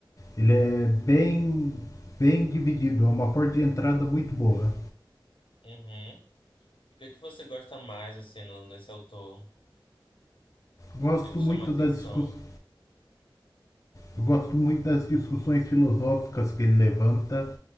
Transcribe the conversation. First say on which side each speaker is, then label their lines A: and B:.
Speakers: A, on the left (about 35°); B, on the left (about 75°).
A: Ele é bem, bem dividido, é uma porta de entrada muito boa.
B: Uhum. E o que é que você gosta mais assim no, nesse autor? O
A: Gosto
B: que é que chama
A: muito
B: atenção?
A: da discussão Eu gosto muito das discussões filosóficas que ele levanta,